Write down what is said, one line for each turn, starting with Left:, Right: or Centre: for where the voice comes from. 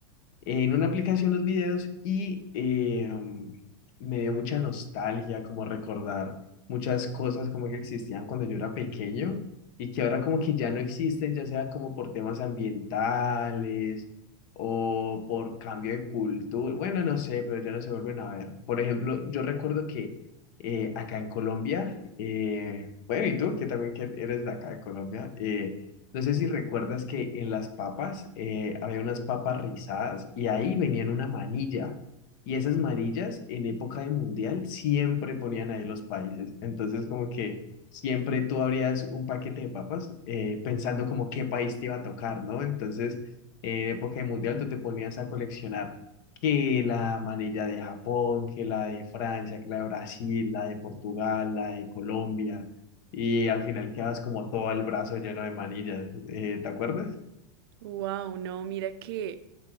Left: en una aplicación los videos y eh, um, me dio mucha nostalgia, como recordar muchas cosas como que existían cuando yo era pequeño y que ahora como que ya no existen, ya sea como por temas ambientales o por cambio de cultura, bueno, no sé, pero ya no se vuelven a ver. Por ejemplo, yo recuerdo que eh, acá en Colombia, eh, bueno, y tú, que también que eres de acá de Colombia, eh, no sé si recuerdas que en las papas eh, había unas papas rizadas y ahí venían una manilla. Y esas manillas en época de mundial siempre ponían ahí los países. Entonces como que siempre tú abrías un paquete de papas eh, pensando como qué país te iba a tocar, ¿no? Entonces en época de mundial tú te ponías a coleccionar que la manilla de Japón, que la de Francia, que la de Brasil, la de Portugal, la de Colombia y al final quedas como todo el brazo lleno de manillas. Eh, ¿te acuerdas?
Right: Wow, no, mira que,